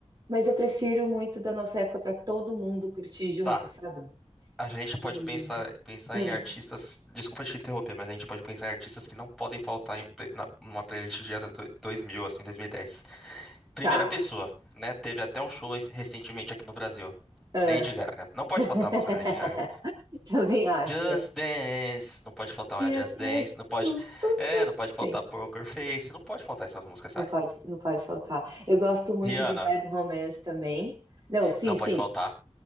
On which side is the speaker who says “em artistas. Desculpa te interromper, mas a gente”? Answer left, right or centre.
Centre